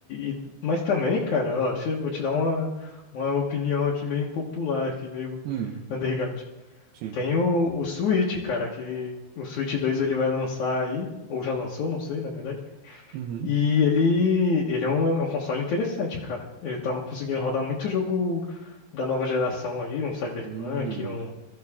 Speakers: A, on the left; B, on the right.
A: e- mas também, cara, ó, deixa eu- vou te dar uma, uma opinião aqui meio impopular, aqui meio
B: Hum,
A: underground.
B: sim.
A: Tem o, o Switch, cara, que o Switch dois ele vai lançar aí, ou já lançou, não sei, na verdade.
B: Uhum.
A: E ele, ele é um, é um console interessante, cara. Ele tava conseguindo rodar muito jogo da nova geração aí, um Cyberpunk,
B: Hum.
A: um,